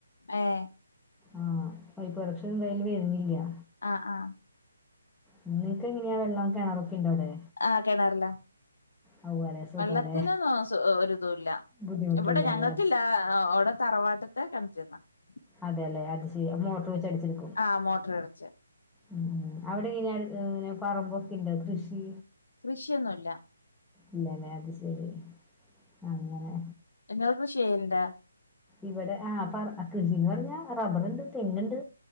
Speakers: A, on the left; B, in the centre.
A: ഏഹ്
B: ആ പൈപ്പ് കണക്ഷൻ മേലെ വരുന്നില്ല്യാ
A: ആഹ് ആഹ്
B: നിങ്ങക്ക് ഇങ്ങനെയാ വെള്ളം കിണറൊക്കെ ഉണ്ടോ അവിടെ
A: ആഹ് കിണറിലേ
B: അതുപോലെ സുഖമല്ലേ
A: വെള്ളത്തിനൊന്നും സു ഒരിതുല്ല
B: ബുദ്ധിമുട്ടില്ലല്ലേ
A: ഇവിടെ ഞങ്ങൾക്കില്ല അവിടെ തറവാട്ടത്തെ <unintelligible>
B: അതേല്ലേ അതുശെരി അപ്പോ മോട്ടർ വെച്ചടിച്ചെടുക്കും
A: ആഹ് മോട്ടർ അടച്ച്
B: ഉം അവിടെ എങ്ങനെയാ പിന്നെ പറമ്പൊക്കെ ഇണ്ടോ കൃഷി
A: കൃഷിയൊന്നുമില്ല
B: ഇല്ലല്ലേ അത് ശരി അങ്ങനെ
A: നിങ്ങൾ കൃഷി ചെയ്യണ്ട
B: ഇവിടെ ആഹ് പറ കൃഷിന്ന് പറഞ്ഞാ റബ്ബറുണ്ട് തെങ്ങുണ്ട്